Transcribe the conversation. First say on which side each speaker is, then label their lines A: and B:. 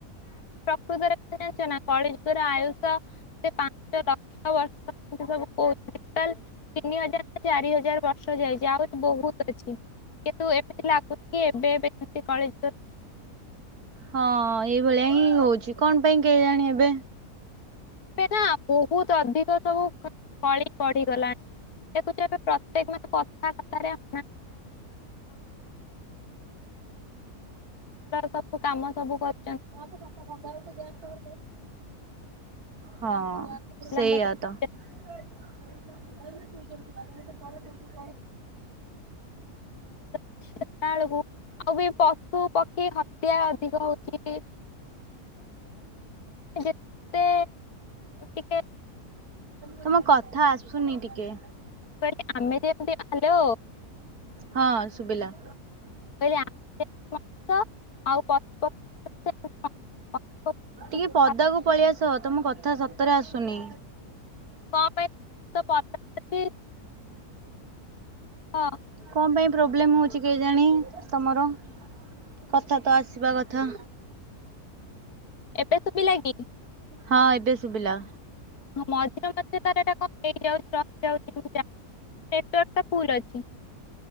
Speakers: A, on the left (about 75°); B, on the right (about 75°).
A: ଜାଣିଚ ନା କଳିଯୁଗ ର ଆୟୁଷ <inaudible> ତିନି ହଜାର ନା ଚାରି ହଜାର ବର୍ଷ ଯାଇଚି ଆହୁରି ବହୁତ ଅଛି। କି-ନ୍ତୁ ଏ-ମି-ତି ଲା-ଗୁ-ଚି କି ଏବେ ଏବେ ଯେ-ମି-ତି କ-ଳି-ଯୁ-ଗ। <inaudible>
B: ହଁ ଏଇଭଳିଆ ହିଁ ହଉଚି କଣ ପାଇଁ କେଜାଣି ଏବେ।
A: ଏବେ ନା ବହୁତ୍ ଅଧିକ ସବୁ କଳି ବଢିଗଲାଣି। ଦେ-ଖୁ-ଚ ଏ-ବେ ପ୍ର-ତ୍ୟେ-କ ମାନେ କଥା-କଥାରେ <inaudible> <inaudible> ସବୁ କାମ ସବୁ କରୁ
B: <unintelligible> ହଁ
A: ପିଲାଙ୍କ
B: ସେଇଆ ତ। <unintelligible>
A: <inaudible> ଏଳୁକୁ ଆଉ ବି ପଶୁ ପକ୍ଷୀ ହତ୍ୟା ଅଧିକ ହଉଚି। ଯେତେ ଟିକେ
B: ତମ କଥା ଆସୁନି ଟିକେ।
A: ମୁଁ କହିଲି ଆମେ ଯେମିତି ହାଲୋ
B: ହଁ ଶୁବିଲା।
A: <inaudible> ପକ୍ଷୀ କଣ
B: ଟିକେ ପଦାକୁ ପଳେଇଆସ ତମ କଥା ସତରେ ଆସୁନି।
A: କ ପାଇଁ <inaudible>
B: କଁ ପାଇଁ ପ୍ରୋବ୍ଲେମ୍ ହଉଚି କେଜାଣି ତମର। କଥା ତ ଆସିବା କଥା।
A: ଏବେ ଶୁବିଲା କି?
B: ହଁ ଏବେ ଶୁବିଲା।
A: ହଁ ମଝିରେ ମଝିରେ ତାର ଏଟା କଣ ହେଇଯାଉଚି ରହିଯାଉଚି ମୁଁ ଜାଣି-ନେଟୱାର୍କଟା ଫୁଲ୍ ଅଛି।